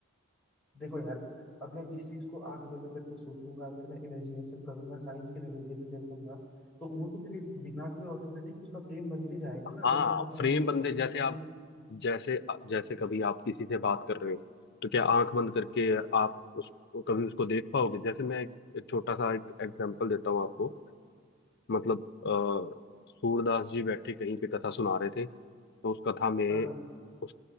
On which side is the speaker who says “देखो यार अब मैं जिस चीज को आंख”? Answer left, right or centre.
Centre